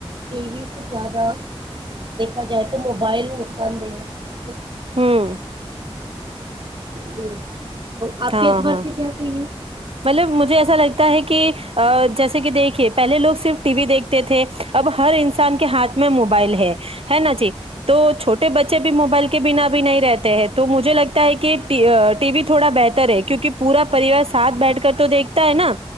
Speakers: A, on the right (about 50°); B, on the right (about 70°).
A: ٹی وی سے زیادہ دیکھا جائے تو موبائل نقصان دہ ہے <unintelligible>
B: ہوں <unintelligible>
A: جی <unintelligible>
B: ہاں ہاں
A: سے کیا صحیح ہے
B: مطلب مجھے ایسا لگتا کہ جیسے کہ دیکھیے پہلے لوگ صرف ٹی وی دیکھتے تھے اب ہر انسان کے ہاتھ میں موبائل ہے ہے نا جی تو چھوٹے بچے بھی موبائل کے بنا بھی نہیں رہتے ہیں تو مجھے لگتا ہے کہ ٹی وی تھوڑا بہتر ہے کیونکہ پورا پریوار ساتھ بیٹھ کر تو دیکھتا ہے نا